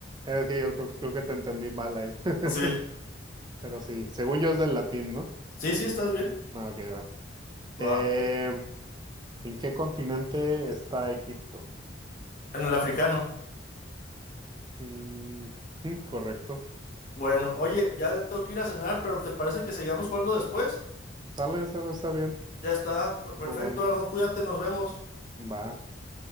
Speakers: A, on the right (about 25°); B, on the left (about 45°).
A: Es que yo creo, creo que te entendí mal ahí. <laughs>
B: Sí,
A: Pero sí, según yo es del latín, ¿no?
B: sí, sí, estás bien.
A: No, ok, va.
B: Va.
A: Eh, ¿en qué continente está Egipto?
B: En el africano.
A: Mm, mm, correcto.
B: Bueno, oye, ya tengo que ir a cenar, pero ¿te parece que sigamos jugando después?
A: Sale, sale, está bien.
B: Ya está. per- Perfecto,
A: Estuvo bueno.
B: Arnold, cuídate, nos vemos.
A: Va,